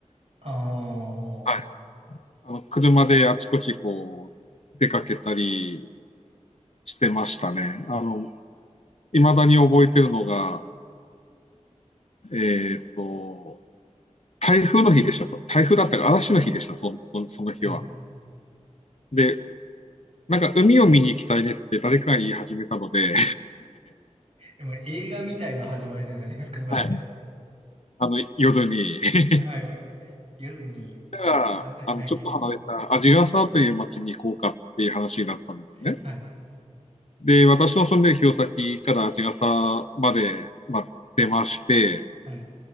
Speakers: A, on the right; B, on the left.
A: ああ、は
B: はい。あの車であちこちこう、出かけたり、してましたね。あの、未だに覚えてるのが、えっと、台風の日でした。台風だったか、嵐の日でした、そのその日は。
A: い。
B: で、なんか海を見に行きたいねって誰かが言い始めたので、
A: まあ、映画みたいな始まりじゃないですか、それ。
B: はい、<laughs> あの夜に
A: はい。夜に、
B: <laughs> だからあのちょっと離れた鰺ヶ沢という町に行こうかっていう話になったんですね。
A: あ、はい。え、はい。
B: で、私の住んでる弘前から鰺ヶ沢まで、まあ、出まして、
A: はい。